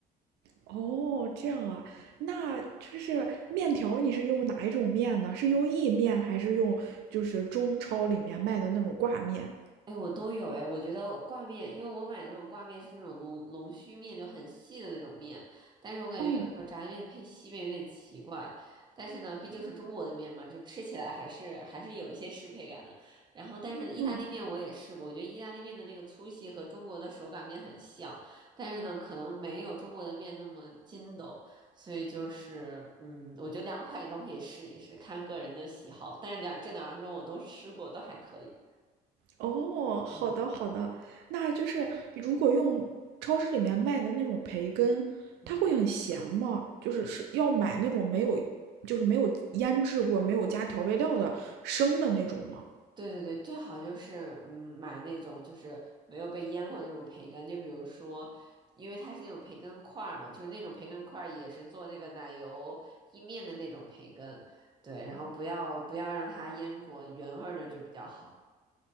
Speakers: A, on the right; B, on the right.
A: 哦，这样啊，那就是面条，你是用哪一种面呢？是用意面还是用就是中超里面卖的那种挂面？
B: 哎，我都有哎，我觉得挂面，因为我买的那种挂面是那种龙龙须面，就很细的那种面，但是我感觉有的时候炸酱面配细面有点奇怪，
A: 嗯
B: 但是呢，毕竟是中国的面嘛，就吃起来还是还是有一些适配感的。然后，但是呢意大利面我也试过，
A: 嗯
B: 我觉得意大利面的那个粗细和中国的手擀面很像，但是呢，可能没有中国的面那么筋斗，所以就是嗯，我觉得两款你都可以试一试，看个人的喜好，但是两这两种我都吃过，都还可以，
A: 哦，好的好的，
B: 嗯。
A: 那就是如果用超市里面卖的那种培根，
B: 嗯，
A: 它会很咸吗？就是是要买那种没有，就是没有腌制过、没有加调味料的生的那种吗？
B: 对对对，最好就是嗯买那种就是没有被腌过的那种培根，就比如说，因为它是那种培根块儿嘛，就是那种培根块儿也是做那个奶油意面的那种培根，对，然后不要不要让它腌过，原味儿的就比较好。